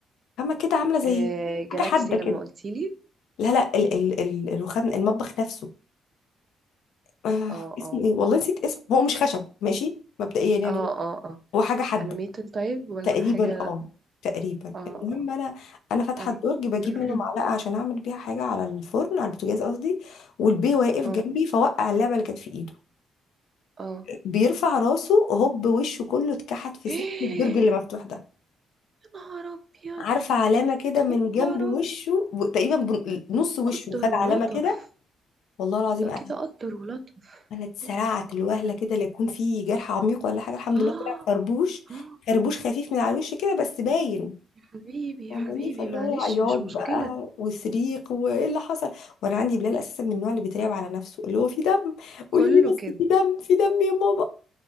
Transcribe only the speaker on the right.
آه جالاكسي
لما
قلتي لي
اه
اه
اه اه اه
الوميتد طيب ولا
حاجة
اه
اه
اي
<coughs>
<clears throat> اه
اه
<gasps>
يا نهار ابيض
يا نهار
ابيض
قدر
ولطف
ده
كده قدر ولطف
يا نهار ابيض
اه
اه
يا حبيبي
يا حبيبي
معلش
مش
مشكلة
كله
كده